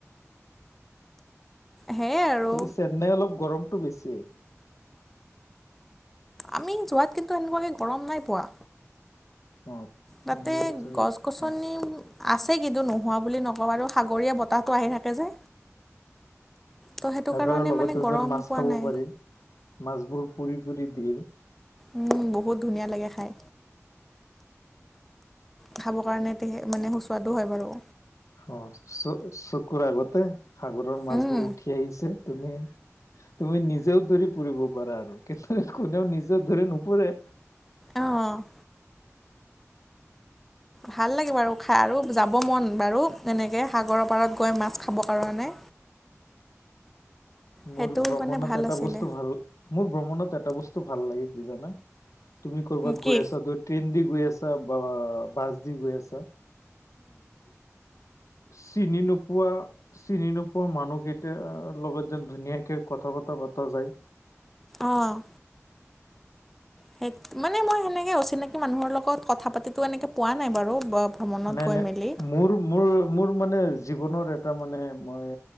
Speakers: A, in the centre; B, on the left (about 80°).
A: সেইয় আৰু
B: খালি চেন্নাই অলপ গৰমতটো বেছিয়ে
A: আমি যোৱাত কিন্তু এনেকুৱাকৈ গৰম নাই পোৱা।
B: অ'।
A: তাতে
B: তোমালোকে চাগে
A: গছ গছনি
B: অ
A: আছে কিন্তু নোহোৱা বুলি নকওঁ আৰু সাগৰীয়া বতাহটো আহি থাকে যে ত' সেইটো
B: সাগৰৰ
A: কাৰণে
B: লগতে
A: মানে
B: এ
A: গৰম
B: যেন মাছ
A: পোৱা
B: খাব
A: নাই।
B: পাৰি মাছবোৰ পুৰি পুৰি দি
A: উম বহুত ধুনীয়া লাগে খাই। খাবৰ কাৰণে তে মানে সুস্বাদো হয় বাৰু।
B: অ', চ চকুৰ আগতে সাগৰৰ মাছবোৰ
A: উম,
B: উঠি আহিছে। তুমি, তুমি নিজেও দৌৰি ফুৰিব পাৰা আৰু <unintelligible> কোনেও নিজৰ ধৰি নুপৰে-'-
A: অ', অ'। ভাল লাগে বাৰু খাই আৰু যাব মন বাৰু এনেকৈ সাগৰৰ পাৰত গৈ মাছ খাব কাৰণে
B: মোৰ
A: সেইটো
B: ভ্ৰমণত
A: মানে ভাল
B: এটা
A: আছিলে
B: বস্তু ভাল মোৰ ভ্ৰমণত এটা বস্তু ভাল লাগে কি জানা তুমি কৰ'বাত
A: কি
B: গৈ আছা ট্ৰেইন দি গৈ আছা বা বাছ দি গৈ আছা চিনি নোপোৱা চিনি নোপোৱা মানুহ কেইটা লগত যেন ধুনীয়াকৈ কথা বতৰা পতা যায়
A: অ'। সেই মানে মই সেনেকে অচিনাকি মানুহৰ লগত কথা পাতিতো এনেকে পোৱা নাই বাৰু ভ্ৰমণত
B: নাই,
A: গৈ
B: নাই
A: মেলি
B: মোৰ, মোৰ মোৰ মানে জীৱনৰ এটা মানে মই